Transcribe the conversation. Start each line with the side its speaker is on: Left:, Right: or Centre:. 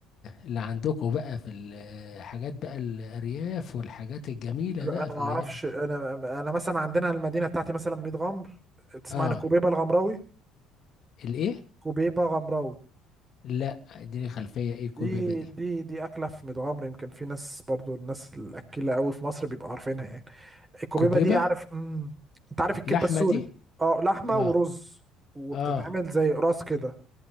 Left: اللي عندكم بقى في الحاجات بقى الارياف والحاجات الجميله
Right: لا
Left: بقى
Right: انا
Left: في
Right: ما
Left: اللي
Right: اعرفش انا انا مثلا عندنا المدينه بتاعتي مثلا 100 غمر تسمع
Left: اه
Right: عن كوبيبه الغمراوي
Left: الايه
Right: كوبيبه غمراوي
Left: لا اديني خلفيه ايه كوبيبه
Right: دي
Left: دي
Right: دي دي اكله في ميت غمر يمكن في ناس برضو الناس الاكيله قوي في مصر بيبقوا عارفينها يعني الكوبيبه
Left: كوبيبه
Right: دي عارف امم انت عارف الكبه
Left: لحمه
Right: السوري
Left: دي
Right: اه لحمه
Left: اه
Right: ورز وبتتعمل
Left: اه
Right: زي قراص كده